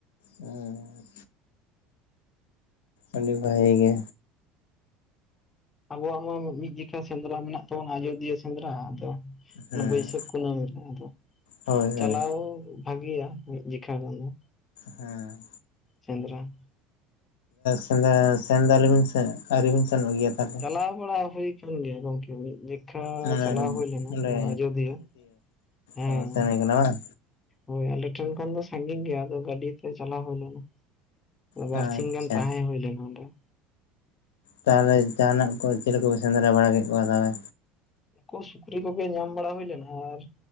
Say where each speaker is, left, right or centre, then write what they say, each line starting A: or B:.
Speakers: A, on the left (about 80°); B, on the left (about 30°).
A: ᱩᱸ ᱟᱹᱰᱤ ᱵᱷᱟᱜᱮ ᱜᱮ
B: ᱟᱵᱚᱣᱟᱜ ᱢᱟ ᱢᱤᱫ ᱡᱮᱠᱷᱟ ᱥᱮᱸᱫᱽᱨᱟ ᱢᱮᱱᱟᱜ ᱛᱟᱵᱚᱱᱟ ᱟᱡᱚᱫᱤᱭᱟᱹ ᱥᱮᱸᱫᱽᱨᱟ ᱟᱫᱚ
A: ᱦᱮᱸ
B: <unintelligible> ᱵᱟᱹᱭᱥᱟᱹᱠ ᱠᱩᱱᱟᱹᱢᱤ ᱨᱮ ᱟᱫᱚ
A: ᱦᱳᱭ
B: ᱪᱟᱞᱟᱣ
A: ᱦᱳᱭ
B: <unintelligible> ᱵᱷᱟᱜᱤᱭᱟ ᱢᱤᱫ ᱡᱮᱠᱷᱟ ᱜᱟᱱ ᱫᱚ
A: ᱦᱮᱸ
B: ᱥᱮᱸᱫᱽᱨᱟ
A: ᱥᱮᱸᱫᱽᱨᱟ ᱥᱮᱱ ᱫᱚ <inaudible> ᱟᱣᱨᱤ ᱵᱤᱱ ᱥᱮᱱᱚᱜ ᱜᱮᱭᱟ ᱛᱟᱦᱚᱞᱮ?
B: ᱪᱟᱞᱟᱣ ᱵᱟᱲᱟ ᱦᱩᱭ ᱠᱟᱱ ᱜᱮᱭᱟ ᱜᱚᱝᱠᱮ ᱢᱤᱫᱼᱫᱤ <unintelligible> <unintelligible> ᱟᱪᱪᱷᱟ
A: ᱢᱟᱱᱮ
B: ᱪᱟᱞᱟᱣ ᱦᱩᱭ ᱞᱮᱱᱟ
A: ᱚᱸᱰᱮ
B: ᱱᱚᱣᱟ ᱟᱡᱚᱫᱤᱭᱟᱹ ᱦᱮᱸ
A: ᱚ ᱥᱮᱱ ᱦᱩᱭ ᱠᱟᱱᱟ ᱵᱟᱝ?
B: ᱦᱳᱭ ᱟᱞᱮ ᱴᱷᱮᱱ ᱠᱷᱚᱱ ᱫᱚ ᱥᱟᱺᱜᱤᱧ ᱜᱮᱭᱟ ᱟᱫᱚ ᱜᱟᱹᱰᱤ ᱛᱮ ᱪᱟᱞᱟᱣ ᱦᱩᱭ ᱞᱮᱱᱟ
A: ᱟᱪᱪᱷᱟ
B: ᱵᱟᱹᱨᱥᱤᱧ ᱜᱟᱱ ᱛᱟᱦᱮᱸ ᱦᱩᱭ ᱞᱮᱱᱟ ᱚᱸᱰᱮ <unintelligible>
A: ᱛᱟᱦᱞᱮ ᱡᱟᱸᱦᱟᱱᱟᱜ ᱠᱚ ᱪᱤᱞᱤ ᱠᱚ ᱵᱤᱱ ᱥᱮᱸᱫᱽᱨᱟ ᱵᱟᱲᱟ ᱠᱮᱫ ᱠᱚᱣᱟ ᱛᱟᱦᱞᱮ
B: ᱱᱩᱠᱩ ᱥᱩᱠᱨᱤ ᱠᱚᱜᱮ ᱧᱟᱢ ᱵᱟᱲᱟ ᱦᱩᱭ ᱞᱮᱱᱟ ᱟᱨ